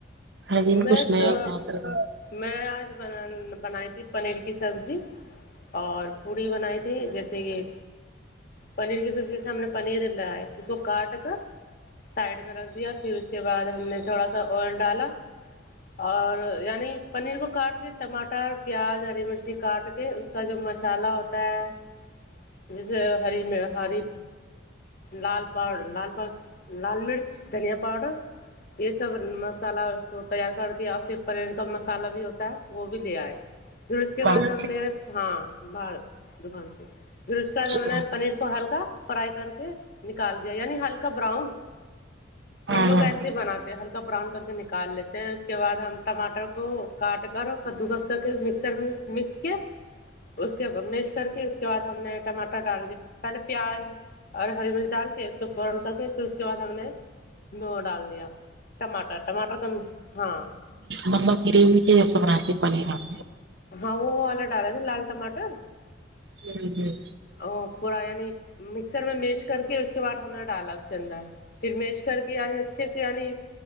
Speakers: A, on the right; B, on the left.
A: ہر دن
B: میں
A: کچھ نیا
B: تو
A: کام چلرا
B: میں آج بنا بنائی تھی پنیر کی سبزی اور پوڑی بنائی تھی جیسے یہ پنیر کی سبزی جیسے ہم نے پنیر لائے اس کو کاٹ کر سائڈ پہ رکھ دیا پھر اس کے بعد ہم نے تھوڑا سا آ ئل ڈالا اور یعنی پنیر کو کاٹ کے ٹماٹر پیاز ہری مرچی کاٹ کے اس اس کا جو مصالحہ ہوتا ہے جیسے ہری میں ہری لال پاؤ لال پاؤ لال مرچ دھنیا پاؤڈر یہ سب مصالہ تو تیار کر دیا پھر پنیر کا مصا لہ بھی ہوتا ہے وہ بھی لے آئے پھر اس کے
A: باہر
B: بعد ہم
A: سے
B: نے ہاں باہر دکان سے پھر اس کے بعد
A: اچھا
B: ہم نے پنیر کو ہلکا فرائی کر کے نکال دیا یعنی ہلکا براؤن
A: ہاں
B: ہم لوگ
A: ہاں
B: ایسے ہی بناتے ہلکا براؤن کر کے نہی نکال لیتے ہیں اس کے بعد ہم ٹماٹر کو کاٹ کر کدو کس کر کے مکسر میں مکس کے اس کے میش کر کے اس کے بعد ہم نے ٹماٹر ڈال دیے پہلے پیاز اور ہری مرچ ڈال کے اس کو فورا کر کے پھر اس کے بعد ہم نے مو ڈال دیا ٹماٹر ٹماٹر کم ہاں
A: مطلب گریوی تھ رہاتتے پانییر آپ
B: ہاں وہ والا ڈالے تھے لال ٹماٹر
A: ہمم ہمم
B: ا پورا یعنی مکسر میں میش کر کے اس کے بعد ہم نے ڈالا اس چندا پھرمیش کر کیی رہ ہے اچھے سے یعنی